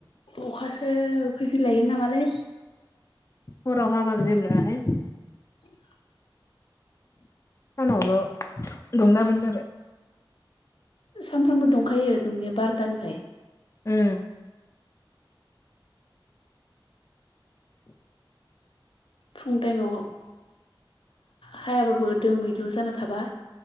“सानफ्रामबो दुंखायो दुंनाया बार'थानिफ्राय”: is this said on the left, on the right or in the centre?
Left